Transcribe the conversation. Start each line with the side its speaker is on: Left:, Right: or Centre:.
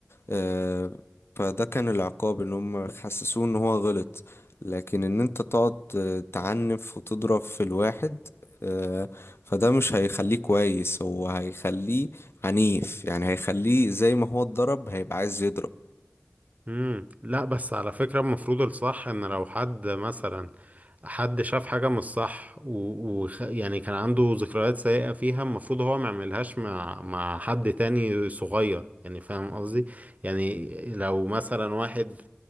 Left: آه، فده كان العقاب ان هم حسسوه ان هو غلط لكن ان انت تقعد آه، تعنف وتضرب في الواحد آه، فده مش هيخليه كويس هو هيخليه عنيف يعني هيخليه زي ما هو اتضرب هيبقى عايز يضرب
Right: امم لا بس على فكرة المفروض الصح ان لو حد مثلا حد شاف حاجة مش صح و... و... يعني كان عنده ذكريات سيئة فيها المفروض هو ما يعملهاش مع مع حد تاني صغير يعني فاهم قصدي يعني لو مثلا واحد